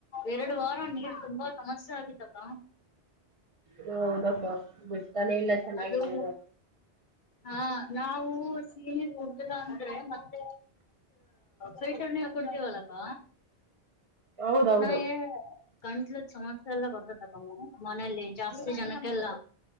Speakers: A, on the left; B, on the right.
A: ಎರಡು ವಾರ ನೀರು ತುಂಬಾ.. ಸಮಸ್ಯೆ ಆಗಿದ್ದಕ್ಕ.
B: ಹೌದಪ್ಪ ಬಿಡ್ತಾನೆ ಇಲ್ಲ ಚೆನ್ನಾಗಿನಿರು.
A: ಅದು ಹಾ ನಾವು ಸಿಹಿ ನೀರು ಕುಡ್ದಿಲ್ಲ ಅಂದ್ರೆ ಮತ್ತ. ಫಿಲ್ಟರ್ರ್ ನೀರು ಕುಡ್ತೀವಲಕ್ಕ.
B: ಹೌದೌದು
A: ನಮಗೆ ಗಂಟ್ಲುದ ಸಮಸ್ಯೆ ಎಲ್ಲ ಬರ್ತಾದಕಾ ಮನೇೆಯಲ್ಲಿ ಜಾಸ್ತಿ ಜನಕ್ಕೆ.. ಎಲ್ಲ